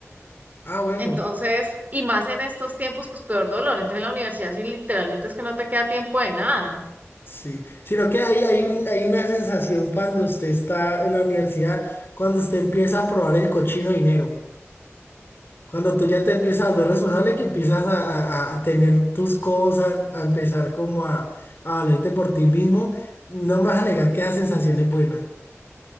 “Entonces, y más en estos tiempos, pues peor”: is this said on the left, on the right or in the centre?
Right